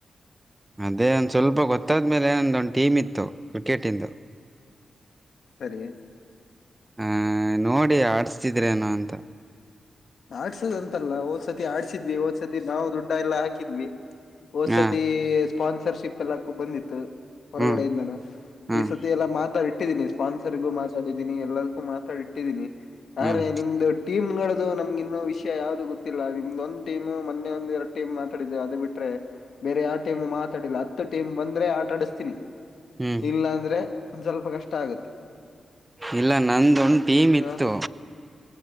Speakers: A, on the right (about 20°); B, on the left (about 70°).
A: ಅದೇ ಒಂದ ಸ್ವಲ್ಪ ಗೊತ್ತಾದ್ಮೇಲೆ ಒಂದು ಟೀಮ್ ಇತ್ತು ಕ್ರಿಕೆಟ ಇಂದು
B: ಸರಿ
A: ಹಹ ನೋಡಿ ಆಡ್ಸ್ತಿದ್ರೇನ ಅಂತ
B: ಆಡ್ಸೋದ್ ಅಂತಲ್ಲ ಹೂದ್ಸತಿ ಆಡ್ಸಿದ್ವಿ ಹೂದ್ಸತಿ ನಾವು ದುಡ್ಡ ಎಲ್ಲ ಹಾಕಿದ್ವಿ ಹೊದಸತಿ
A: ಹಾ
B: ಸ್ಪಾನ್ಸರ್ಶಿಪ್ ಎಲ್ಲ ಬಂದಿತ್ತು ಹೊರಗಡೆಯಿಂದನ
A: ಹ್ಮ್
B: ಈ
A: ಹ್ಮ್
B: ಸತಿ ಎಲ್ಲಾ ಮಾತಾಡಿ ಇಟ್ಟಿದ್ದೀನಿ ಸ್ಪಾನ್ಸರ್ಗೂ ಮಾತಾಡಿದ್ದೀನಿ ಎಲ್ಲಕ್ಕೂ ಮಾತಾಡಿಟ್ಟಿದ್ದೀನಿ
A: ಹ್ಮ್
B: ಆದರೆ ನಿಮ್ದು ಟೀಮ್ ಗಳು ಇದು ನಮ್ಗೆ ಇನ್ನೂ ವಿಷಯ ಯಾವ್ದದು ಗೊತ್ತಿಲ್ಲ ನಿಮ್ದ ಒಂದ್ ಟೀಮ್ ಮೊನ್ನೆ ಒಂದ್ ಎರಡ್ ಟೀಮ್ ಮಾತಾಡಿದ ಅದು ಬಿಟ್ರೆ ಬೇರೆ ಯಾವ ಟೀಮ್ ಮಾತಾಡಿಲ್ಲ ಹತ್ತು ಟೀಮ್ ಬಂದ್ರೆ ಆಟ ಆಡಿಸ್ತೀನಿ.
A: ಹ್ಮ್
B: ಇಲ್ಲಾ ಅಂದ್ರೆ ಒಂದ ಸ್ವಲ್ಪ ಕಷ್ಟ ಆಗುತ್ತೆ.
A: ಇಲ್ಲ ನಂದೊಂದು ಟೀಮ್
B: ಹ
A: ಇತ್ತು.